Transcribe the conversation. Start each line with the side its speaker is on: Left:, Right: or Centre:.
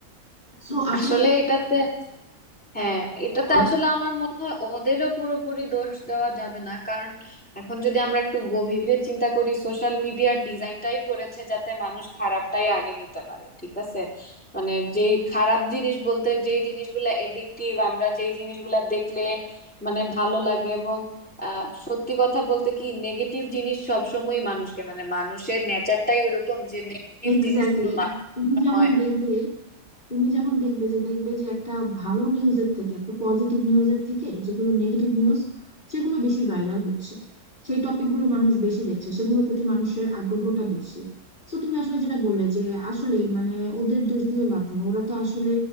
Left: সো আসলে
Centre: আসলে এটাতে হ্যাঁ এটাতে
Left: বলো
Centre: আসলে আমার মনে হয় ওদেরও পুরোপুরি দোষ দেওয়া যাবে না কারণ এখন যদি আমরা একটু গভীরে চিন্তা করি সোশ্যাল মিডিয়ার ডিজাইনটাই করেছে যাতে মানুষ খারাপটাই আগে নিতে পারে ঠিক আছে মানে যে খারাপ জিনিস বলতে যেই জিনিসগুলো এডিকটিভ আমরা যেই জিনিসগুলো দেখলে মানে ভালো লাগে এবং আহ সত্যি কথা বলতে কি নেগেটিভ জিনিস সবসময় মানুষকে মানে মানুষের নেচারটাই ওইরকম যে নেগেটিভ
Left: এক্স্যাক্টলি
Centre: জিনিসগুলো মানুষ
Left: তুমি যেমন
Centre: হয়
Left: দেখবে তুমি যেমন দেখবে যে দেখবে যে একটা ভালো নিউজের থেকে একটা পজিটিভ নিউজের থেকে যেগুলো নেগেটিভ নিউজ সেগুলো বেশি ভাইরাল হচ্ছে সেই টপিকগুলো মানুষ বেশি দেখছে সেগুলোর প্রতি মানুষের আগ্রহটা বেশি তো তুমি আসলে যেটা বললে যে আসলেই মানে ওদের দোষ দিয়েও লাভ নেই ওরা তো আসলে